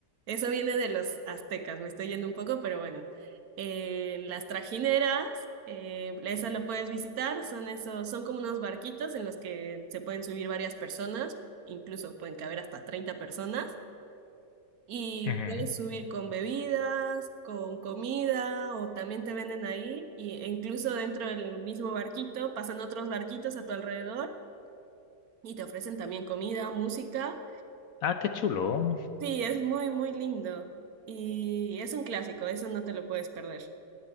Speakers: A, on the right; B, on the left.
A: eso viene de los aztecas, me estoy yendo un poco, pero bueno. En las trajineras, eh, esa lo puedes visitar, son esos, son como unos barquitos en los que se pueden subir varias personas, incluso pueden caber hasta 30 personas, y
B: Ujú.
A: puedes subir con bebidas, con comida, o también te venden ahí, y, e incluso dentro del mismo barquito pasan otros barquitos a tu alrededor y te ofrecen también comida, música.
B: Ah, qué chulo.
A: Sí, es muy, muy lindo. Y es un clásico, eso no te lo puedes perder.